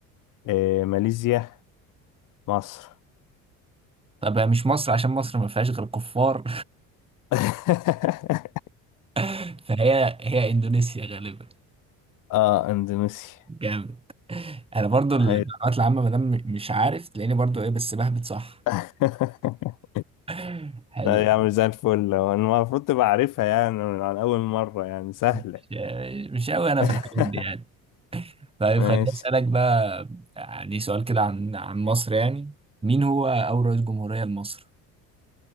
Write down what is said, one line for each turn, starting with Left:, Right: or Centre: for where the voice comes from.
Left: آه، ماليزيا مصر
Right: <laughs> طب هي مش مصر عشان مصر ما فيهاش غير كفار
Left: <laughs>
Right: <laughs> فهي هي اندونيسيا غالبا
Left: آه إندونيسيا
Right: جامد انا برضو المعلومات
Left: هي
Right: العامة ما دام مش عارف تلاقيني برضو ايه بس بهبت صح
Left: <laughs>
Right: <laughs> حلو
Left: لا يا عم زي الفل هو أنا المفروض تبقى عارفها يعني من على أول مرة يعني سهلة
Right: مش مش قوي انا
Left: <laughs>
Right: في الحاجات دي يعني طيب
Left: ماشي
Right: خليني أسألك بقى يعني سؤال كده عن عن مصر يعني مين هو أول رئيس جمهورية لمصر؟